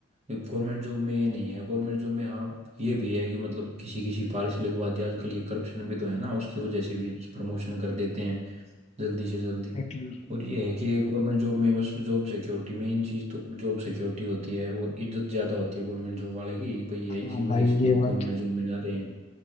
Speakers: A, on the right; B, on the left.
A: गवर्नमेंट जॉब में ये नहीं है गवर्नमेंट जॉब में हाँ ये भी है कि मतलब किसी किसी पारिश लगवा दिया आजकल ये करप्शन भी तो है ना उसकी वजह से भी प्रमोशन कर देते हैं जल्दी से जल्दी
B: एग्जैक्टली
A: और ये है कि ये हम्म। गवर्नमेंट जॉब में बस जॉब सिक्योरिटी मेन चीज़ तो जॉब सिक्योरिटी होती है और इज्जत ज़्यादा होती है गवर्नमेंट जॉब वाले की भाई है
B: हाँ
A: इसी वजह
B: भाई
A: से
B: ये
A: लोग
B: बात
A: गवर्नमेंट जॉब में जा रहे हैं